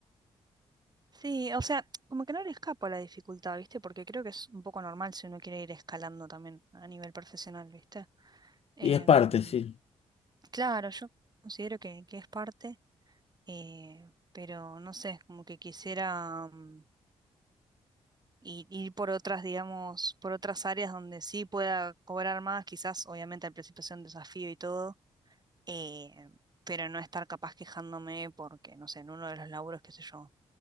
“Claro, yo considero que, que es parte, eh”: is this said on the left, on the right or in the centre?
Right